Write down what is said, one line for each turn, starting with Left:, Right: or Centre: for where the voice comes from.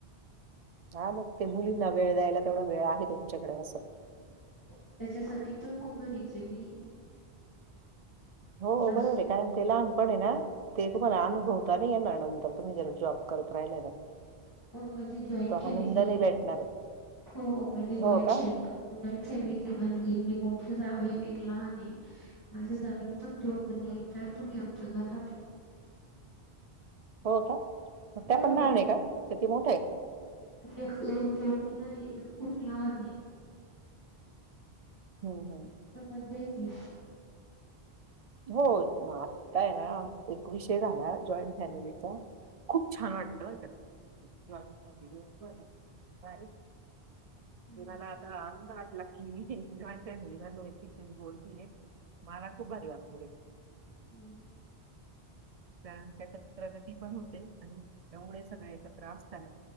Right: हा मग ते मुलींना वेळ द्यायला तेवढा वेळ आहे तुमच्याकडे असं
Left: त्याच्यासाठीच मग घरीच आहे मी.
Right: हो
Left: सास
Right: बरोबर आहे कारण ते लहानपण आहे ना ते तुम्हाला अनुभवता नाही येणार नंतर तुम्ही जर जॉब करत राहिल्या तर
Left: हो माझी जॉईंट
Right: तो
Left: फॅमिली
Right: आनंद नाही
Left: आहे,
Right: भेटणार.
Left: हो माझी
Right: हो
Left: जॉईंट
Right: का?
Left: फॅमिली फॅमिली माझी मी मोठी जावू आहे आणि एक लहान आहे. माझ्या जावेला पण दोन मुली आहेत चार मुली आमच्या घरात.
Right: हो का? त्या
Left: हो हो.
Right: पण लहान आहेत का? ती मोठ्या आहेत?
Left: एक चौथीला आहे. एक खूप लहान आहे
Right: हम्म हम्.
Left: पण मजा येती.
Right: हो ना आत्ताय ना एक विषय झाला जॉईंट फॅमिलीचा खूप छान वाटतं का त्यांना
Left: हम्म
Right: येलाता आनंद वाटला. नट म लो एकी बोलतीे मला खूप भारी वाात करे <unintelligible>
Left: हम्म.
Right: कार त्याच्या पत्रा ती पण होते आणि एवढे सगळे एकत्र असताना